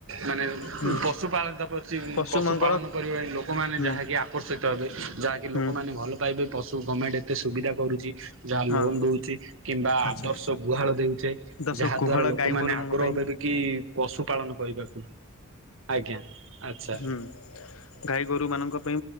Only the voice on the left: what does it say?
ହୁଁ
ପଶୁମାନଙ୍କର
ହୁଁ
ହୁଁ
ହଁ
ଆଚ୍ଛା
ଦଶ
ଗୁହାଳ
ଗାଈ ଗୋରୁମାନଙ୍କ
ପାଇଁ
ହୁଁ ଗାଈ ଗୋରୁ ମାନଙ୍କ ପାଇଁ